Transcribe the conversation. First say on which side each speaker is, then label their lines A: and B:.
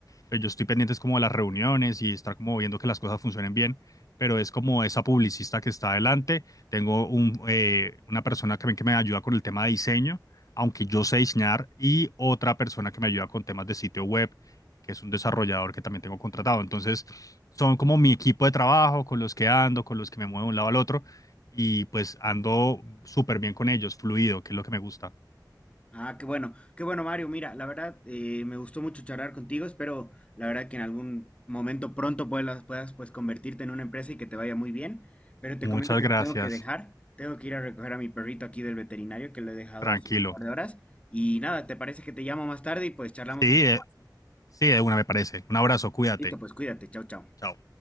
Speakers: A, on the left; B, on the left.
A: Pero yo estoy pendiente es como de las reuniones y estar como viendo que las cosas funcionen bien, pero es como esa publicista que está adelante. Tengo un, eh, una persona también que me ayuda con el tema de diseño, aunque yo sé diseñar, y otra persona que me ayuda con temas de sitio web, que es un desarrollador que también tengo contratado. Entonces, son como mi equipo de trabajo, con los que ando, con los que me muevo de un lado al otro, y pues ando súper bien con ellos, fluido, que es lo que me gusta.
B: Ah, qué bueno, qué bueno, Mario. Mira, la verdad, eh, me gustó mucho charlar contigo. Espero, la verdad, que en algún momento pronto puedas, puedas pues convertirte en una empresa y que te vaya muy bien. Pero te
A: Muchas
B: comento que
A: gracias.
B: te tengo que dejar. Tengo que ir a recoger a mi perrito aquí del veterinario que lo he dejado
A: Tranquilo.
B: hace un par de horas. Y nada, ¿te parece que te llamo más tarde y pues charlamos
A: Sí,
B: un poco
A: eh,
B: más?
A: sí, de una me parece. Un abrazo, cuídate.
B: Listo, pues cuídate. Chau, chau.
A: Chao.